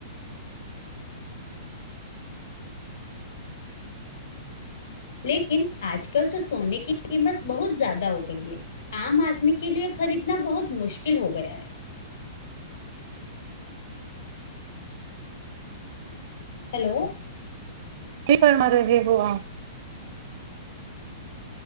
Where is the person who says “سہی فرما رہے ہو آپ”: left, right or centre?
Right